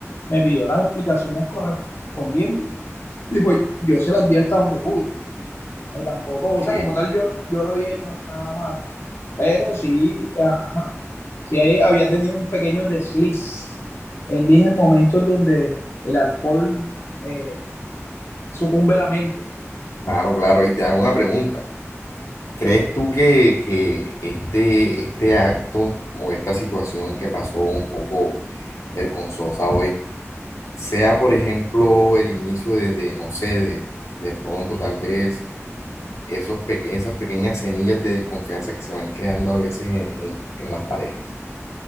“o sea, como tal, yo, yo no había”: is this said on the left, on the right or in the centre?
Left